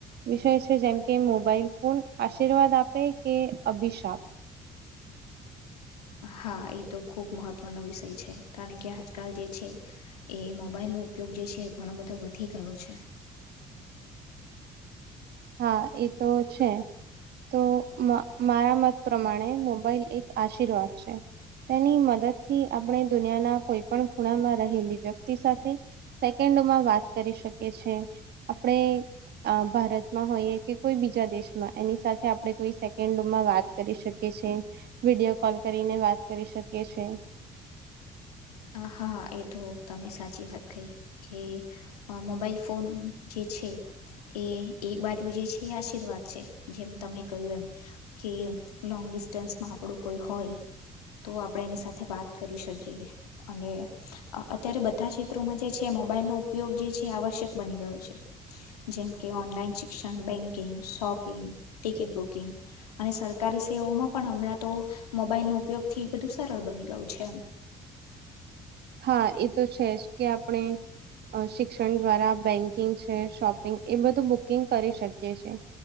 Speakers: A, on the right (about 55°); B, on the left (about 80°).
A: વિષય છે જેમ કે મોબાઈલ ફોન આશીર્વાદ આપે કે અભિશાપ?
B: હા એ તો ખૂબ મહત્ત્વનો વિષય છે, કારણ કે આજકાલ જે છે. એ મોબાઈલનો ઉપયોગ જે છે એ ઘણો બધો વધી ગયો છે.
A: હા એ તો છે. તો મારા મત પ્રમાણે મોબાઈલ એક આશીર્વાદ છે. તેની મદદ થી આપણે દુનિયાના કોઈ પણ ખૂણામાં રહેલી વ્યક્તિ સાથે. સેકન્ડમાં વાત કરી શકીએ છે, આપણે ભારત માં હોઈએ કે કોઈ બીજા દેશમાં એની સાથે આપણે કોઈ સેકન્ડમાં વાત કરી શકીએ છે. વિડીયો કોલ કરીને વાત કરી શકીએ છી.
B: હાા એ તો તમે સાચી વાત કહી, કે અ મોબાઈલ ફોન જે છે. એ એક બાજુ જે છે એ આશીર્વાદ છે, જેમ તમે કહ્યું એમ. કે લોંગ ડિસ્ટન્સમાં આપણું કોઈ હોય. તો આપણે એની સાથે વાત કરી શકીએ. અને, અત્યારે બધા ક્ષેત્રોમાં જે છે મોબાઈલનો ઉપયોગ જે છે આવશ્યક બની ગયો છે. જેમકે ઓનલાઈન શિક્ષણ બેંકિંગ, શોપિંગ, ટિકિટ બુકિંગ. અને સરકારી સેવાઓમાં પણ હમણાં તો મોબાઈલ ન ઉપયોગથી, બધું સરળ બની ગયું છે.
A: હા એ તો છે જ કે આપણે શિક્ષણ દ્વારા બેન્કિંગ છે શોપિંગ એ બધું બુકિંગ કરી શકીએ છે.